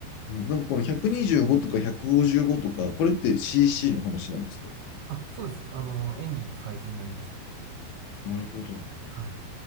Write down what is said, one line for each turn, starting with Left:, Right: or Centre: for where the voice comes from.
Left: もうなんかこの125とか155とか、これって CC の話なんですか
Right: あ、そうです。あの、エンジンのサイズになりますね。
Left: なるほど。
Right: はい。